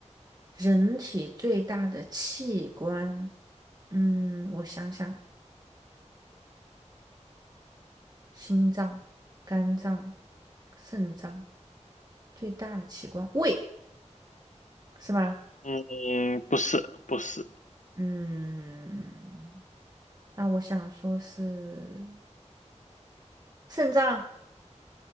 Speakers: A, on the right; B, on the left.
A: 人体最大的器官，嗯，我想想，心脏、肝脏、肾脏，最大的器官，胃，是吗？
B: 嗯，不是，不是。
A: 嗯，那我想说是。肾脏，